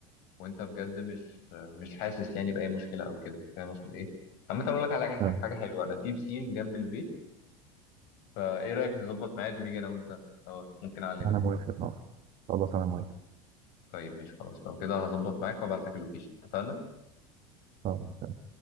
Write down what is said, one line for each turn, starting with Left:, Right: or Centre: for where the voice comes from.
Left: وانت بجد مش مش حاسس يعني باي مشكله او كده فاهم اقصد ايه عامه اقول لك على حاجه
Right: اه
Left: حاجة حلوه انا في بسين جنب البيت فايه رايك نظبط ميعاد ونيجي انا وانت سوا ممكن اعلمك
Right: انا موافق آه. خلاص انا موافق
Left: طيب ماشي خلاص لو كده هظبط معاك وابعت لك اللوكيشن اتفقنا
Right: آه.